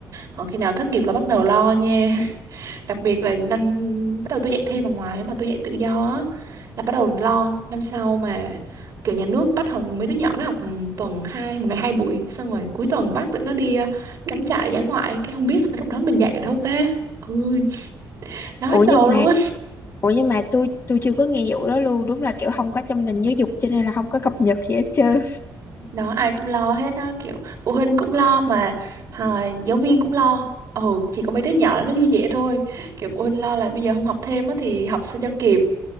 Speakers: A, on the right; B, on the left.
A: còn khi nào thất nghiệp là bắt đầu lo nha <laughs> đặc biệt là năm bắt đầu tôi dạy thêm ở ngoài á, mà tôi dạy tự do á là bắt đầu lo năm sau mà kiểu nhà nước bắt học mấy đứa nhỏ nó học tuần hai một ngày hai buổi xong rồi cuối tuần bắt tụi nó đi ờ, cắm trại dã ngoại cái không biết là lúc đó mình dạy ở đâu ta ừ đau
B: ủa
A: hết
B: nhưng
A: đầu
B: mà
A: luôn
B: Ủa nhưng mà tôi tôi chưa có nghe vụ đó luôn Đúng là kiểu không có trong ngành giáo dục Cho nên là không có cập nhật gì hết trơn
A: đó ai cũng lo hết á kiểu phụ huynh cũng lo mà à, giáo viên cũng lo ừ chỉ có mấy đứa nhỏ nó vui vẻ thôi kiểu phụ huynh lo là bây giờ không học thêm á thì học sao cho kịp